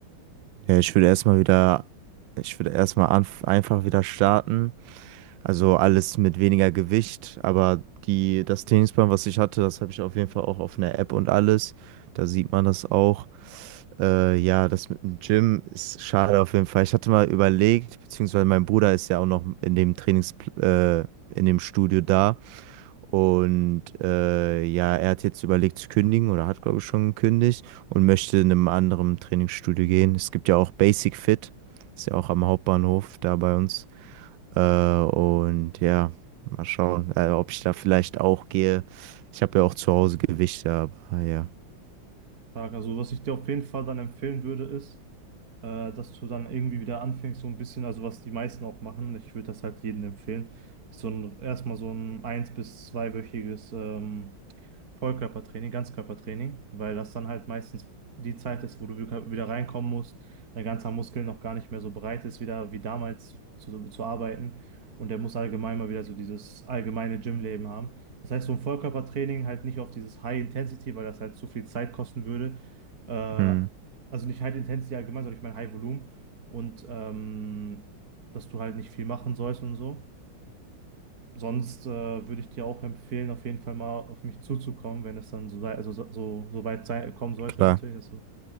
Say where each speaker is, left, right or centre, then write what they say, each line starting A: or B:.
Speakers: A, on the right; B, on the right.
A: Ja, ich würde erstmal wieder, ich würde erstmal anf einfach wieder starten. Also alles mit weniger Gewicht, aber die, das Trainingsplan, was ich hatte, das habe ich auf jeden Fall auch auf einer App und alles. Da sieht man das auch. Äh, ja, das mit dem Gym ist schade auf jeden Fall. Ich hatte mal überlegt, beziehungsweise mein Bruder ist ja auch noch in dem Trainings, äh, in dem Studio da. Und äh, ja, er hat jetzt überlegt zu kündigen oder hat, glaube ich, schon gekündigt und möchte in einem anderen Trainingsstudio gehen. Es gibt ja auch Basic Fit, ist ja auch am Hauptbahnhof da bei uns. Äh, und ja, mal schauen, äh, ob ich da vielleicht auch gehe. Ich habe ja auch zu Hause Gewichte, aber ja.
B: Frage. Also was ich dir auf jeden Fall dann empfehlen würde, ist, äh, dass du dann irgendwie wieder anfängst, so ein bisschen, also was die meisten auch machen, ich würde das halt jedem empfehlen, ist so ein erstmal so ein eins- bis zweiwöchiges ähm, Vollkörpertraining, Ganzkörpertraining, weil das dann halt meistens die Zeit ist, wo du wieder wieder reinkommen musst, dein ganzer Muskel noch gar nicht mehr so breit ist, wieder wie damals zu, zu, zu arbeiten. Und der muss allgemein mal wieder so dieses allgemeine Gymleben haben. Das heißt, so ein Vollkörpertraining halt nicht auf dieses High Intensity, weil das halt zu viel Zeit kosten würde. Äh,
A: Hm,
B: also nicht High Intensity allgemein, sondern ich meine High Volume. Und ähm, dass du halt nicht viel machen sollst und so. Sonst äh, würde ich dir auch empfehlen, auf jeden Fall mal auf mich zuzukommen, wenn es dann so, sei- also so, so so weit sei, kommen sollte,
A: klar.
B: natürlich. dass